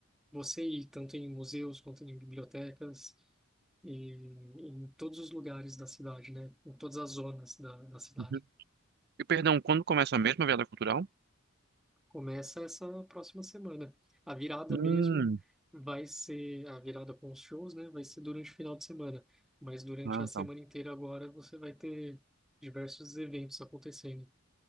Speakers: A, in the centre; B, on the right (about 50°).
A: você ir, tanto em museus quanto em bibliotecas e em todos os lugares da cidade, né? Em todas as zonas da, da cidade.
B: Uhum. E perdão, quando começa a mesma virada cultural?
A: Começa essa próxima semana. A virada
B: Hum.
A: mesmo vai ser a virada com os shows, né? Vai ser durante o final de semana, mas durante
B: Ah,
A: a semana
B: tá.
A: inteira agora você vai ter diversos eventos acontecendo.